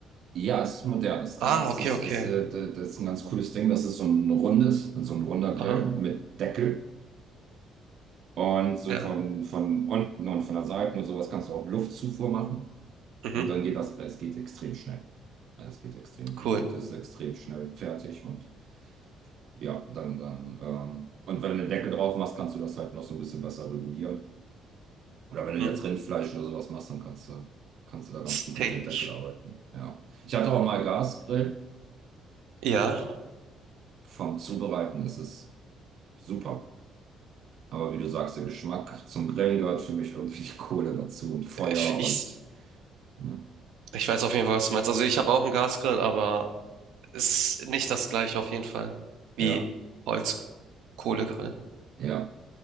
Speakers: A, on the right (about 50°); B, on the right (about 80°).
A: ja, es ist ein modernes Ding.
B: Ah,
A: Das
B: okay,
A: ist,
B: okay.
A: ist, äh, d- das ist ein ganz cooles Ding. Das ist so ein rundes, so ein runder Grill
B: Aha,
A: mit Deckel. Und so
B: ja.
A: von, von unten und von der Seite und sowas kannst du auch Luftzufuhr machen.
B: Mhm,
A: Und dann geht das, es geht extrem schnell. Also Es geht extrem,
B: cool.
A: die Gute ist extrem schnell fertig und ja, dann, dann, ähm, und wenn du eine Decke drauf machst, kannst du das halt noch so ein bisschen besser regulieren. Oder wenn
B: Mhm.
A: du jetzt Rindfleisch oder sowas machst, dann kannst du, kannst du da ganz
B: Steak.
A: gut mit dem Deckel arbeiten. Ja. Ich hatte auch mal Gasgrill.
B: Ja,
A: Vom Zubereiten ist es super. Aber wie du sagst, der Geschmack zum Grillen gehört für mich irgendwie die Kohle dazu und Feuer
B: ich, ich,
A: und, ne?
B: ich weiß auf jeden Fall, was du meinst. Also ich habe auch einen Gasgrill, aber ist nicht das gleiche auf jeden Fall wie
A: Ja,
B: Holzkohlegrill.
A: ja.